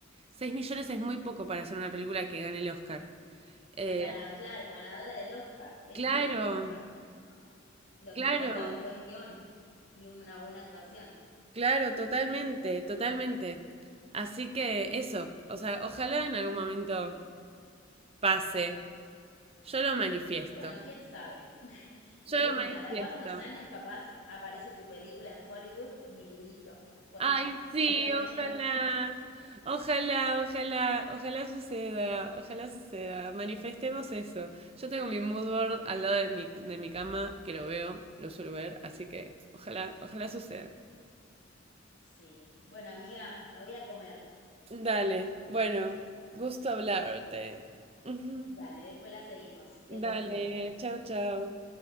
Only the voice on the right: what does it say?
6 millones es muy poco para hacer una película que gane el Oscar. Eh,
claro,
claro.
Claro, totalmente, totalmente. Así que eso, o sea, ojalá en algún momento pase. Yo lo manifiesto,
yo
lo manifiesto.
Ay,
sí,
ojalá,
ojalá, ojalá, ojalá suceda, ojalá suceda. Manifestemos eso. Yo tengo mi mood board al lado de mi, de mi cama, que lo veo, lo suelo ver, así que ojalá, ojalá suceda.
Dale, bueno, gusto hablarte. Ujú.
Dale, chao, chao.